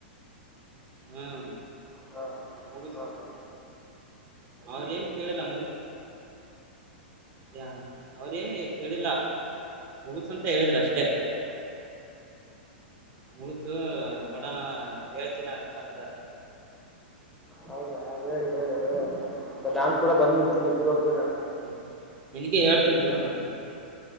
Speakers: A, on the right (about 40°); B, in the centre.
A: ಹ್ಮ್
B: ಹಾ
A: ಮುಗಿಸ್
B: ಹಾ ಹಾ
A: ಅವ್ರ ಏನ್ ಕೇಳಿಲ್ಲ ಯ ಅವ್ರೇಏನ ಕೇಳಿಲ್ಲ ಮುಗಸ ಅಂತ ಹೇಳಿದ್ರ ಅಷ್ಟೇ ಮುಗುಸು ನೋಡೋಣ ಹೇಳ್ತನಾರಂತ ಅಂದಾರ
B: ಹೌದಾ ಹೇಳಿ ಹೇಳದು ಮತ್ತ ನಾನ್ ಕೂಡ ಬಂದ್ಬಿಡ್ತೀನಿ ಇಬ್ಬರುಗ ಹೋಗಿ ಬಿಡ ನು
A: ಹ್ಮ್ ನಿನಗೆ ಹೇಳ್ತೀನಿ ತಗೋ ನಾನ